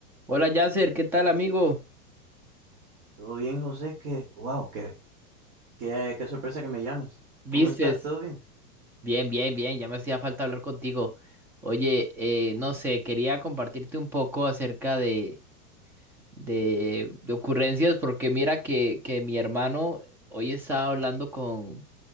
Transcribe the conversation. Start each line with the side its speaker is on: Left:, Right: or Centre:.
Centre: Hola Yasser, ¿qué tal amigo?
Right: Todo bien, José, que, wow, qué, qué, qué sorpresa que me llames.
Centre: ¿Vistes?
Right: ¿Cómo estás? ¿Todo bien?
Centre: Bien, bien, bien, ya me hacía falta hablar contigo. Oye, eh, no sé, quería compartirte un poco acerca de, de, de ocurrencias porque mira que, que mi hermano hoy estaba hablando con